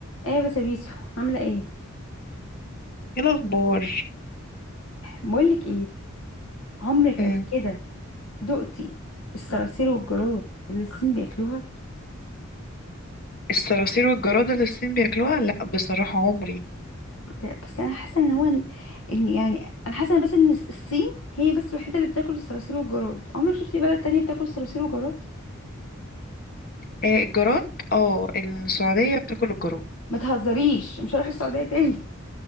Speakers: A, on the left; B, on the left.
A: ايه بس يا بيسو عامله ايه
B: ايه الاخبار
A: بقولك ايه عمرك
B: أمم،
A: قبل كده دقتي الصراصير والجراد اللي الصين بياكلوها
B: الصراصير والجراد اللي الصين بياكلوها لا بصراحة عمري
A: ده- بس انا حاسه ان هو ان إن يعني انا حاسه إن بس ان الصين هي بس الوحيده اللي بتاكل الصراصير والجراد عمرك شفتي بلد تانية بتاكل الصراصير والجراد
B: آه الجراد اه السعودية بتاكل الجراد
A: ما تهزريش مش هروح السعوديه تاني